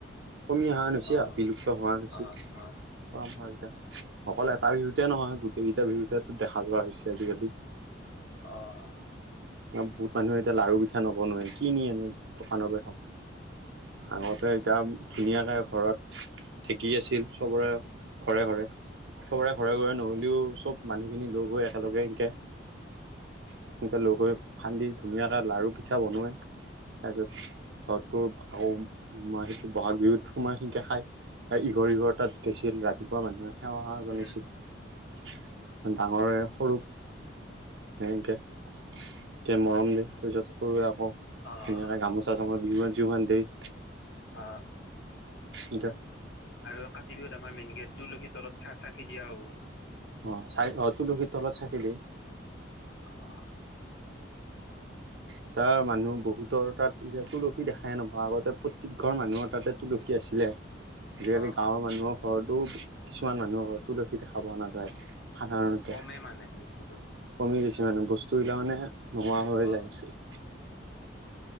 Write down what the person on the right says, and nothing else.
কমি অহা হেন হৈছে
আৰু বিলুপ্ত হৈ আহা নিচিনা
হৈছে <unintelligible> অকল এটা বিহুতে নহয়, গোটেইকেইটা বিহুতে টোৰ দেখা যোৱা হৈছে আজিকালি।
বহুত মানুহে এতিয়া লাৰু পিঠা নবনোৱে কিনি আনে দোকানৰ পৰা। আগতে এতিয়া ধুনীয়াকে ঘৰত ঢেকি আছিল চবৰে ঘৰে ঘৰে। সবৰে ঘৰে ঘৰে নহ'লেও চব মানুহখিনি লগ হৈ একেলগে এনকে সেনেকে লগ হৈ খান্দি ধুনীয়াকে লাৰু পি পিঠা বনোৱাই। তাৰপিছত ঘৰটোৰ আকৌ মা সেটো বহাগ বিহুত সোমাই সিনকে খাই। ইঘৰ সিঘৰ তাত গেছিল ৰাতি <unintelligible> মানুহে সেৱা জনাইছিল
ডাঙৰে সৰুক। সিনকে মৰম দি তাৰপিছত সৰুৱে আকৌ ধুনীয়াকে
গামোচা চামোচা, বিহুৱান চিহুৱান দেই।
সিনকে।
অ' চাই অ' তুলসীৰ তলত চাকি দেই।
ইতা মানুহ বহুতৰ তাত এতিয়া তুলসী দেখাই নাপাওঁ, আগতে প্ৰত্যেক ঘৰ মানুহৰ তাতে তুলসী আছিলে। আজিকালি
গাঁৱৰ
মানুহৰ
ঘৰতো কিছুমান মানুহৰ ঘৰত তুলসী দেখা পোৱা নাযায়। সাধাৰণতে
কমি গৈছে মানে বস্তুবিলাক মানে নোহোৱা হৈ
যায় আছে।